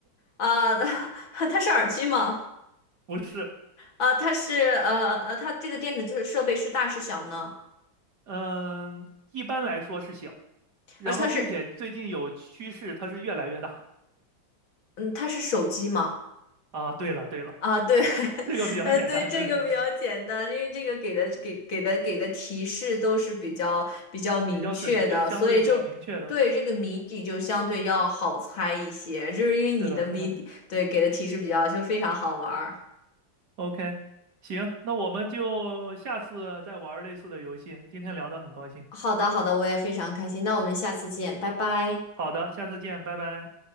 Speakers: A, on the left (about 80°); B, on the right (about 55°).
A: 啊，<laughs> 它是耳机吗？
B: <laughs> 不是？
A: 呃，它是呃呃，它这个电子设设备是大是小呢？
B: 嗯，一般来说是小，然后并且最近有趋势，
A: 而它是
B: 它是越来越大
A: 嗯，它是手机吗？
B: 啊。对了对了，
A: 啊，对，<laughs>
B: 这个比较简单，
A: 呃，对，这个比较简单，
B: 对对对，
A: 因为这个给的给给的给的提示都是比较比较明确的，
B: 比较准确，相对比较明确的。
A: 所以就对这个谜底就相对要好猜一些，就是因为你的谜底对给的提示比较就非常好玩儿。
B: 是的，是的。OK，行，那我们就下次再玩类似的游戏。今天聊得很高兴，
A: 好的，好的，我也非常开心，那我们下次见，拜拜。
B: 好的，下次见，拜拜。